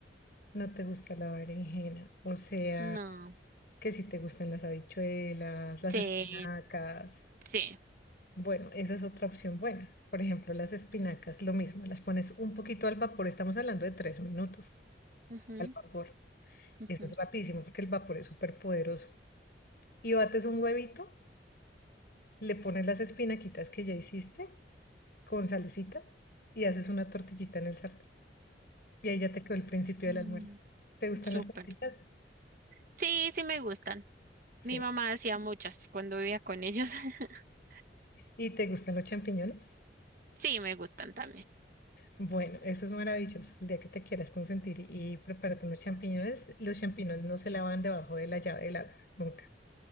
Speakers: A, on the left (about 55°); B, on the right (about 45°).
A: No te gusta la berenjena, o sea,
B: No.
A: que si te gustan las habichuelas, las
B: Sí,
A: espinacas.
B: sí.
A: Bueno, esa es otra opción buena. Por ejemplo, las espinacas, lo mismo, las pones un poquito al vapor, estamos hablando de tres minutos
B: ujú,
A: al vapor.
B: ujú,
A: Eso es rapidísimo porque el vapor es súper poderoso. Y bates un huevito le pones las espinaquitas que ya hiciste con salecita y haces una tortillita en el sartén. Y ahí ya te quedó el principio
B: mm,
A: del almuerzo. ¿Te gustan
B: súper.
A: las tortillas?
B: Sí, sí me gustan.
A: Sí.
B: Mi mamá hacía muchas cuando vivía con ellos. <laughs>
A: ¿Y te gustan los champiñones?
B: Sí, me gustan también.
A: Bueno, eso es maravilloso. El día que te quieras consentir y, y prepárate unos champiñones, los champiñones no se lavan debajo de la llave del agua, nunca.